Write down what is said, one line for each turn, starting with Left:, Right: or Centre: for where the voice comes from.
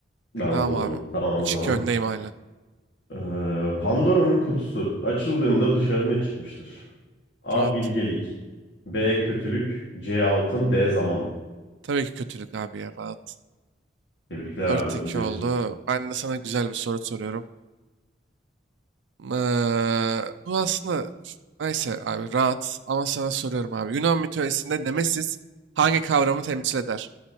Left: Tamam,
Right: Devam abi.
Left: tamam
Right: 3-2
Left: o zaman.
Right: öndeyim hala.
Left: Ee, Pandora'nın kutusu açıldığında dışarı ne çıkmıştır? A.
Right: Rahat.
Left: Bilgelik B. Kötülük C. Altın D. Zaman
Right: Tabii ki kötülük abi ya rahat.
Left: Tebrikler
Right: dört
Left: abi
Right: iki
Left: biliyorsun.
Right: oldu. Ben de sana güzel bir soru soruyorum. Eee, bu aslında neyse abi rahat ama sana soruyorum abi. Yunan mitolojisinde Nemesis hangi kavramı temsil eder?